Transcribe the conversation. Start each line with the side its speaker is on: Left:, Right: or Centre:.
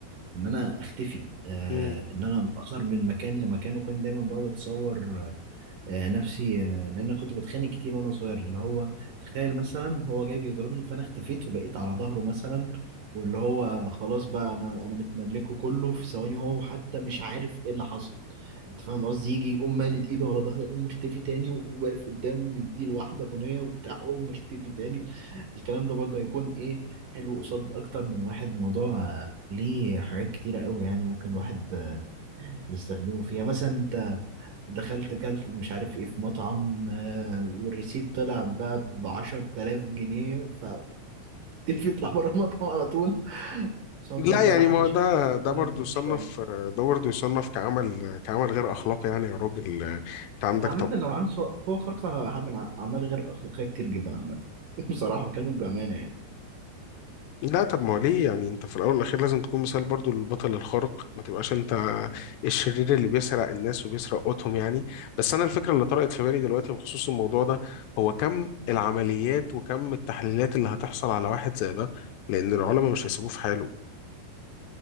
Right: إن أنا أختفي آه
Left: مم.
Right: إن أنا أظهر من مكان لمكان وكنت دايما بقعد أتصور آه، نفسي آه، لان أنا كنت بتخانق كتير وانا صغير اللي هو تخيل مثلا هو جاي بيضربني فانا اختفيت وبقيت على ظهره مثلا واللي هو خلاص بقى انا انا متملكه كله في ثواني هو حتى مش عارف ايه اللي حصل انت فاهم قصدي يجي يقوم مادد ايده على ظهري يقوم مختفي تاني وواقف قدامه مديله واحده بنيه وبتاع يقوم مختفي تاني الكلام ده برضه هيكون ايه حلو قصاد اكتر من واحد الموضوع آه، ليه حاجات كتيره قوي يعني ممكن الواحد يستخدموا فيها مثلا انت دخلت كلت مش عارف ايه في مطعم آه، والريسيت طلع بقى ب 10000 جنيه فتقفل يطلع <laughs> بره المطعم على طول سواء
Left: لا
Right: طيب
Left: يعني
Right: ولا حد
Left: ما هو
Right: شاف
Left: ده ده
Right: مني
Left: برضه يصنف
Right: شويه
Left: ده برضه يصنف كعمل كعمل غير اخلاقي يعني يا راجل انت عندك
Right: انا عامه لو عندي سو- قوه خارقه هعمل ع- اعمال غير اخلاقيه كتير جدا عامه <laughs> بصراحه بكلمك بامانه يعني
Left: لا طب ما هو ليه يعني انت في الاول والاخير لازم تكون مثال برضو للبطل الخارق ما تبقاش انت الشرير اللي بيسرق الناس وبيسرق قوتهم يعني بس انا الفكره اللي طرقت في بالي دلوقتي بخصوص الموضوع ده هو كم العمليات وكم التحليلات اللي هتحصل على واحد زي ده لان العلماء مش هيسيبوه في حاله